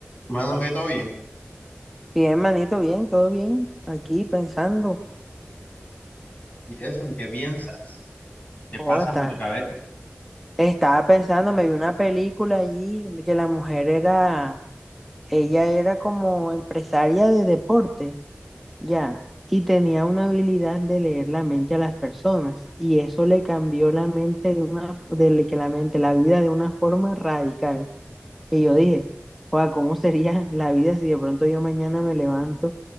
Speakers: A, on the left; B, in the centre.
A: Mano, que todo bien.
B: Bien, manito, bien, todo bien. Aquí pensando,
A: ¿Y eso? ¿En qué piensas? ¿Qué pasa
B: oh, está-
A: por tu cabeza?
B: estaba pensando, me vi una película allí que la mujer era, ella era como empresaria de deporte, ya, y tenía una habilidad de leer la mente a las personas, y eso le cambió la mente de una, de le- que la mente, la vida de una forma radical. Y yo dije, sea, ¿cómo sería la vida si de pronto yo mañana me levanto